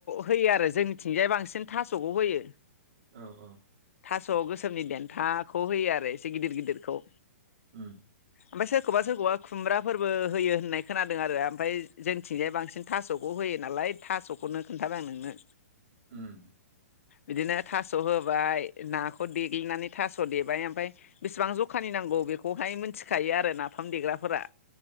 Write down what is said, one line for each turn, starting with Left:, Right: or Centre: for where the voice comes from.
Left: होयो आरो जोंनिथिंजाय बांसिन थास'खौ होयो।
Right: औ औ।
Left: थास' गोसोमनि देन्थाखौ होयो आरो एसे गिदिर गिदिरखौ।
Right: उम।
Left: ओमफ्राय सोरखौबा सोरखौबा खुमब्राफोरबो होयो होननाय खोनादों आरो ओमफ्राय जों थिंजाय बांसिन थास'खौ होयो नालाय थास'खौनो खोन्थादों आं नोंनो।
Right: उम
Left: बिदिनो थास होबाय नाखौ देग्लिनानै थास देबाय ओमफफ्राय बेसेबां जखानि नांगौ बेखौहाय मिथिखायो आरो नाफाम देग्राफोरा